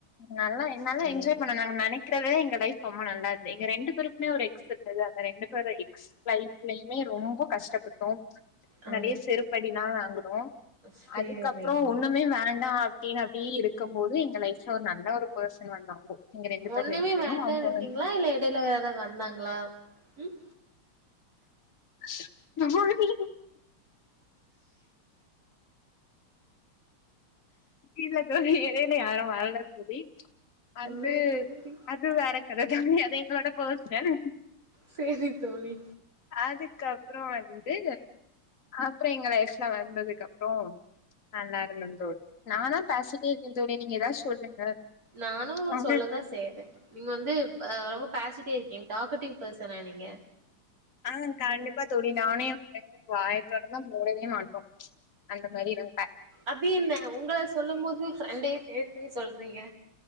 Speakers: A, on the left; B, on the right.
A: நல்லா என்னால
B: சேரி
A: என்ஜாய் பண் நெனைக்கிறதே எங்க லைஃப் ரொம்ப நல்லா இருது எங்க ரெண்டு பேருக்குமே ஒரு எக்ஸ் இருந்தது அந்த ரெண்டு பேரு எக்ஸ் லைஃப்லயுமே ரொம்ப கஷ்டப்பட்டோ
B: ஆ
A: நெறய செருப்படில்லா வாங்குனோ
B: சேரி
A: அதுக்கப்றோ ஒண்ணுமே வேண்டா <unintelligible> அப்டி இருக்கம்போது எங்க லைஃப்ல ஒரு நல்ல ஒரு பெர்சன் வந்தாங்கோ எங்க ரெண்டு பேரு
B: ஒண்ணுமே
A: லைஃப்லயும்
B: வேண்டான்னு
A: அவங்க
B: இருந்தீங்களா
A: வந்து
B: இல்ல இடையில வேற யாராவது வந்தாங்களா ம்
A: <unintelligible> இல்ல தோழி எடையில யாரு வரல தோழி அது
B: சேரி சேரி
A: அது வேற கத தோழி அது எங்களோட பேர்ஸ்னல்
B: சேரி தோழி
A: அதுக்கப்றோ வந்து அப்புறோ எங்க லைஃப்ல வந்ததுக்கு அப்பறோ நல்லா இருந்த தோ நான பசிட்டே இருக்கே தோழி நீங்க ஏதாது சொல்லுங்க
B: நானு
A: உங்களுக்கு
B: சொல்ல தா செய்றே நீங்க வந்து ஆ ரொம்ப பாசிட்டே இருக்கீங்க டக்கட்டிவ் பர்சனா நீங்க
A: ஆ கண்டிப்பா தோழி நானு பிரெண்டு வாய தொறந்து மூடவே மாட்டோ அந்த மாரி நா
B: அப்டி என்ன உங்கள சொல்லு போது ஃப்ரெண்டையும் சேர்த்தே சொல்றீங்க